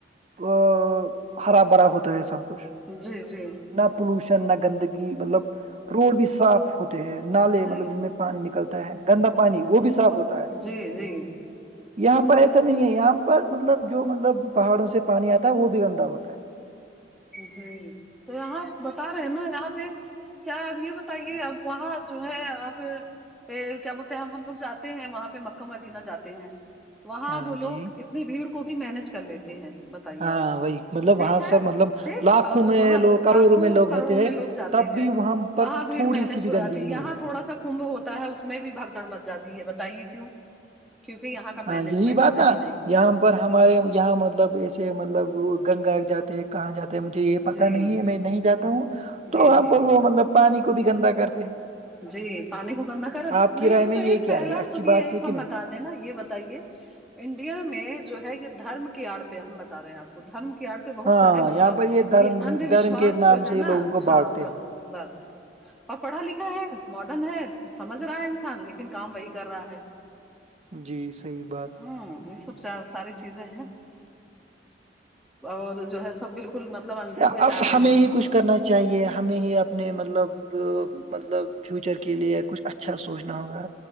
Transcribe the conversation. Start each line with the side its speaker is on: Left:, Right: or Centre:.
Right: ا ہرا بھرا ہوتا ہے سب کچھ
Centre: جی جی
Right: نہ پولوشن نہ گندگی مطلب روڈ بھی صاف ہوتے ہیں نالے
Centre: جی
Right: مطلب جن میں پانی نکلتا ہے گندا پانی وہ بھی صاف ہوتا ہے
Centre: جی جی
Right: یہاں پر ایسا نہیں ہے یہاں پر مطلب جو مطلب پہاڑوں سے پانی آتا ہے وہ بھی گندہ ہوتا ہے
Centre: جی تو یہاں بتا رہے نا یہاں پہ کیا اب یہ بتائیے اب وہاں جو ہے اب پ کیا بولتے ہیں ہم لوگ جاتے ہیں وہاں پہ مکہ مدینہ جاتے ہیں وہاں
Right: ہے ہاں
Centre: وہ لوگ
Right: جی
Centre: اتنی بھیڑ کو بھی مینج کر لیتے ہیں بتائیے
Right: ہاں
Centre: آپ
Right: وہی مطلب
Centre: ٹھیک
Right: وہاں
Centre: ہے
Right: سر مطلب
Centre: ٹھیک
Right: لاکھوں
Centre: اور
Right: میں
Centre: وہاں
Right: لوگ کروڑوں
Centre: لاکھوں
Right: میں لوگ
Centre: کروڑوں
Right: ہوتے
Centre: میں
Right: ہیں
Centre: لوگ جاتے
Right: تب
Centre: ہیں
Right: بھی پر
Centre: وہاں بھیڑ
Right: تھوڑی
Centre: مینج
Right: سی بھی
Centre: ہو
Right: گندگی
Centre: جاتی
Right: نہیں
Centre: یہاں
Right: ہوتی
Centre: تھوڑا سا کمبھ ہوتا ہے اس میں بھی بھگ دوڑ مچ جاتی ہے بتائیے کیوں کیونکہ یہاں کا مینجمنٹ
Right: ہاں یہی بات
Centre: صحیح
Right: نا
Centre: نہیں
Right: یہاں پر ہمارے یہاں مطلب ایسے مطلب گنگا جاتے ہیں کہاں جاتا ہے مجھے یہ پتا
Centre: جی
Right: نہیں ہے میں نہیں جاتا ہوں
Centre: جی
Right: تو اب
Centre: جی
Right: وہ مطلب پانی کو بھی گندا کرتے ہیں
Centre: جی پانی کو گندا کر
Right: آپ کی
Centre: نہیں
Right: رائے میں
Centre: تو
Right: یہ
Centre: ایک
Right: کیا
Centre: پہلا
Right: ہے اچھی
Centre: سنیے
Right: بات
Centre: ایک
Right: ہے کہ
Centre: ہم
Right: نہیں
Centre: بتا ہیں نا یہ بتائیے انڈیا میں جو ہے یہ دھرم کی آڑ پہ ہم بتا رہے ہیں آپ کو دھرم کی آڑ پہ پہ بہت
Right: ہاں
Centre: سارے مطلب
Right: یہاں پر دھرم
Centre: یہ اند
Right: دھرم
Centre: وشواس
Right: کے نام
Centre: جو ہے
Right: سے لوگوں
Centre: نا
Right: کو
Centre: ہاں
Right: بانٹتے
Centre: بس بس اور پڑھا لکھ ہا ہے ماڈرن ہے سمجھ رہا ہے انسان لیکن کام وہی کر رہا ہے
Right: ہیں جی صحیح بات
Centre: ہاں یہ سب چ ساری چیزیں ہیں اور جو ہے سب بالکل مطلب اندھے
Right: یا
Centre: ہوئے
Right: اب
Centre: جا رہے
Right: ہمیں
Centre: ہیں
Right: ہی کچھ کرنا چاہیے ہمیں ہی اپنے مطلب مطلب فیوچر کے لیے کچھ اچھا سوچنا ہوگا